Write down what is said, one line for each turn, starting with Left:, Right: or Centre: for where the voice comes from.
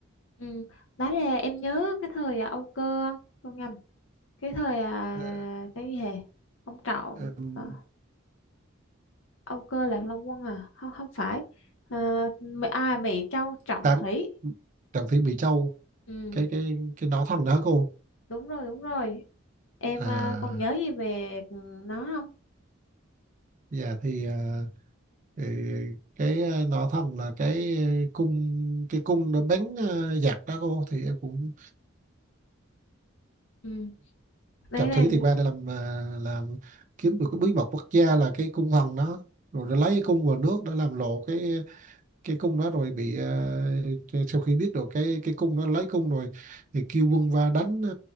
Left: ừ. đó là em nhớ cái thời à, Âu Cơ không Tôi nhầm cái thời à,
Right: Ờ,
Left: cái gì hè ông Trọng
Right: ừm,
Left: ờ, Âu Cơ Lạc Long Quân à không không phải à, Mỹ- à Mỹ Châu Trọng
Right: tàng
Left: Thủy
Right: tàng thị Mỹ Châu
Left: ừ.
Right: cái cái cái nỏ thần đó hả cô
Left: đúng rồi đúng rồi Em
Right: à
Left: ờ, còn nhớ gì về ừ, nó không?
Right: dạ thì ờ, thì cái ờ, nọ thần là cái ờ, cung cái cung đã bắn ờ, giặc đó cô thì em cũng
Left: Ừ, đấy
Right: trọng
Left: là
Right: thủy thì qua để làm ờ, làm kiếm được cái bí mật quốc gia là cái cung thần đó rồi để lấy cái cung vào nước để làm lộ cái cái cung đó rồi bị ờ, sau khi biết được cái cái cung đó lấy cung rồi thì kêu quân va đánh ờ,